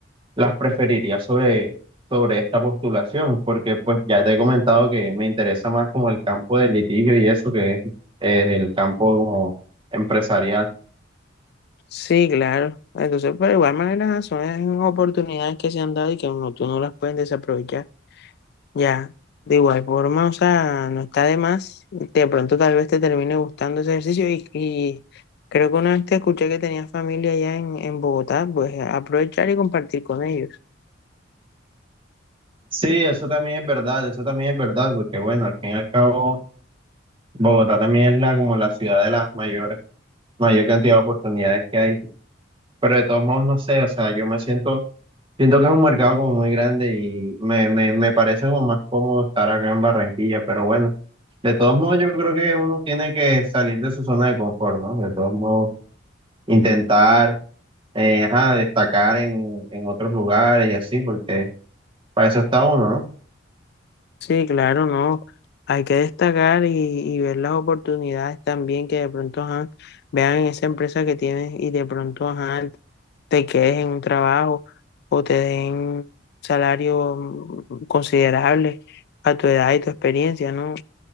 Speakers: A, on the right; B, on the left.
A: las preferiría sobre, sobre esta postulación, porque pues ya te he comentado que me interesa más como el campo del litigio y eso que es eh, el campo como empresarial.
B: Sí, claro. Entonces, pero de igual manera son oportunidades que se han dado y que uno, tú no las puedes desaprovechar. Ya, de igual forma, o sea, no está de más. De pronto tal vez te termine gustando ese ejercicio y, y creo que una vez te escuché que tenías familia allá en, en Bogotá, pues aprovechar y compartir con ellos.
A: Sí, eso también es verdad, eso también es verdad, porque bueno, al fin y al cabo, Bogotá también es la, como la ciudad de las mayores, mayor cantidad de oportunidades que hay. Pero de todos modos, no sé, o sea, yo me siento Siento que es un mercado como muy grande y me, me, me parece como más cómodo estar acá en Barranquilla, pero bueno, de todos modos yo creo que uno tiene que salir de su zona de confort, ¿no? De todos modos, intentar eh, ajá, destacar en, en otros lugares y así, porque para eso está uno, ¿no?
B: Sí, claro, no. Hay que destacar y, y ver las oportunidades también que de pronto ajá, vean en esa empresa que tienes y de pronto ajá, te quedes en un trabajo o te den un salario considerable a tu edad y tu experiencia, ¿no?